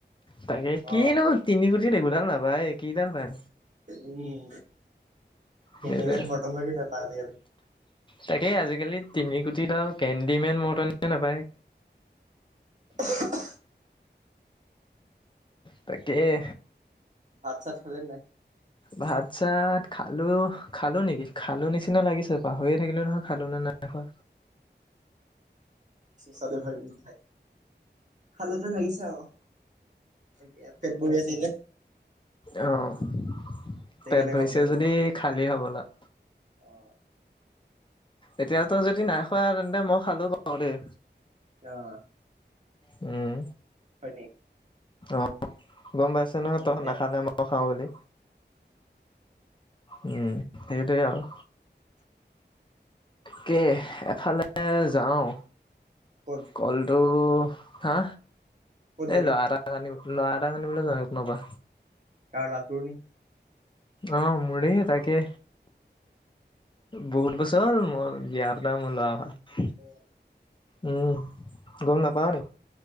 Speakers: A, on the left (about 25°); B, on the right (about 40°).
A: তাকে কিনো
B: অ
A: তিনি কো একোডাল নাপায়, কিডাল পায়?
B: উম। কেনেমান
A: সেইটোৱে,
B: মটন লাগি নাপায় আজিকালি
A: তাকে আজিকালি তিনি কোটি টকা কে ডিমেন মৰটনিয়ে নাপায়।
B: <unintelligible>
A: তাকেই
B: ভাত-চাত খালি নে নাই?
A: ভাত-চাত খালো খালো নেকি, খালো নিচিনা লাগিছে পাহৰিয়ে থাকিলো নহয় খালো নে নাই। দেখ <unintelligible>
B: চ ভ <unintelligible> খালে যে লাগিছে আৰু। এতিয়া পেট ভৰি আছিল যে।
A: অহ পেট
B: সেইকাৰণে
A: ভৰিছে
B: গম পাইছো
A: যদি
B: মানে
A: খালী হ'বলা।
B: অ।
A: এতিয়াতো যদি নাই খোৱা তেন্তে মই খালো বাৰু দেই।
B: অ অ।
A: উম।
B: হয়নি?
A: অ গম পাইছে নহয়, তহত
B: এতিয়া
A: নাখালে মও <unintelligible> খাওঁ বুলি। উম সেইটোৱেই আৰু কে এফালে যাওঁ।
B: ক'ত
A: কলটো, হা,
B: ক'ত যাবি
A: এই ল'ৰা এটা ল'ৰা এটাক আনিবলৈ জান কোনোবা।
B: কাৰ লা তোৰ নি <unintelligible>
A: অ মুৰেই তাকে। বহুত বছৰ মোৰ, জীয়াৰ দ ম লোৱা। <unintelligible>
B: হয়।
A: উম গম নাপাওঁ নি?